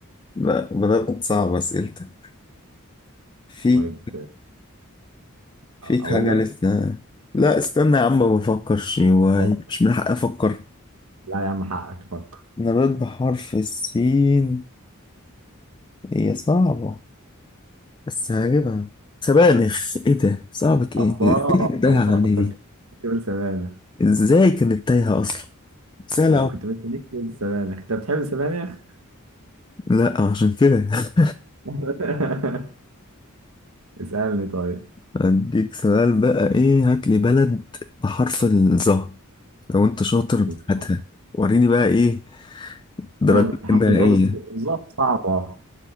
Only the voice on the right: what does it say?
طيب
اقول
لك
فكر
لا يا عم حقك تفكر
الله
الله
كنت بتقول سبانخ
كنت مستنيك تقول سبانخ انت بتحب السبانخ
<laughs> اسألني طيب
بالظبط.
بلد بحرف
الظا بس الظا صعبة